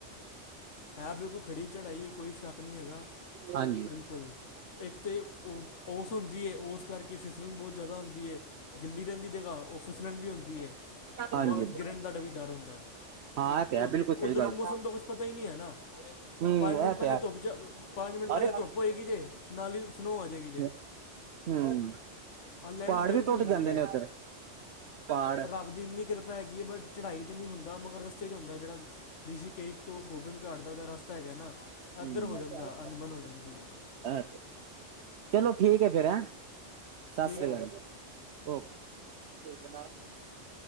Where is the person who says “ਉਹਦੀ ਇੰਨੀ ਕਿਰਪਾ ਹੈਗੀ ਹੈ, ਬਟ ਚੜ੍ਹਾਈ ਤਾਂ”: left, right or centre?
Left